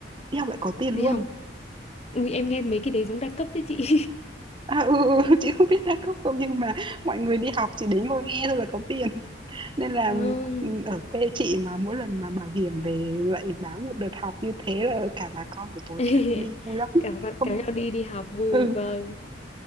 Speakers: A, on the right (about 25°); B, on the left (about 35°).
A: đi học lại có tiền
B: đi
A: luôn.
B: học ui em nghe mấy cái đấy giống đa cấp đấy chị
A: À, ừ, ừ, ừ, chị không biết đa cấp không nhưng mà mọi người đi học chỉ đến ngồi nghe thôi là có tiền. Nên là,
B: <laughs> vâng
A: ừm, ở quê chị mà mỗi lần mà bảo hiểm về lại báo một đợt học như thế là cả bà con buổi tối
B: <laughs>
A: kéo nhau đi vui lắm.
B: kéo
A: Không,
B: kéo nhau đi đi học vui
A: ừ,
B: vâng